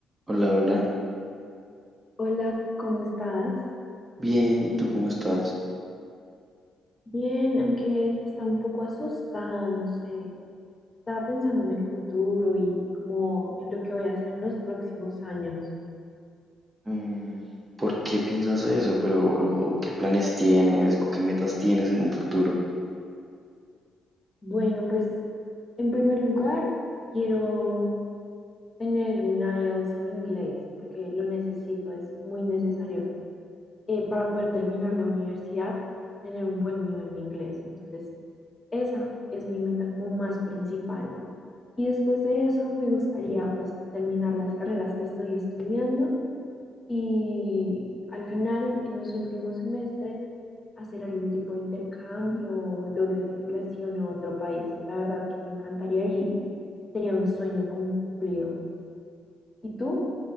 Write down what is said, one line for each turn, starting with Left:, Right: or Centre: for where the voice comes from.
Right: Hola, hola.
Left: Hola, ¿cómo estás?
Right: Bien, ¿y tú cómo estás?
Left: Bien, aunque está un poco asustada, no sé. Estaba pensando en el futuro y como en lo que voy a hacer en los próximos años.
Right: Mm, ¿por qué piensas eso? Pero luego, ¿qué planes tienes o qué metas tienes en un futuro?
Left: Bueno, pues en primer lugar, quiero tener un IELTS en inglés porque lo necesito, es muy necesario eh, para poder terminar la universidad, tener un buen nivel de inglés. Entonces, esa es mi meta como más principal. Y después de eso me gustaría pues terminar las carreras que estoy estudiando y al final, en los últimos semestres, hacer algún tipo de intercambio o doble titulación a otro país. La verdad que me encantaría y sería un sueño cumplido. ¿Y tú?